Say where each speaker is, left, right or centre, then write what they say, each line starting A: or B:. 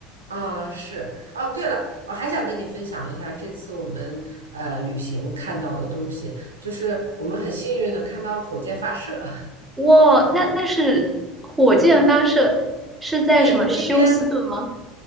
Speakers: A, on the right; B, on the right.
A: 啊，是哦。对了，我还想跟你分享一下这次我们呃旅行看到的东西，就是我们很幸运的看到了火箭发射。<laughs>
B: 哇，那那是火箭发射是在什么休斯顿吗？
A: 对，那边